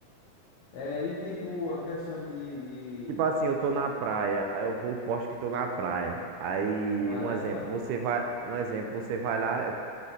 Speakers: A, on the left; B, on the right.
A: É, e tipo, a questão de, de...
B: Tipo assim, eu tô na praia, aí eu vou, posto que tô na praia. Aí,
A: vai
B: um
A: lá
B: exemplo,
A: e se afoga.
B: você vai, um exemplo, você vai lá,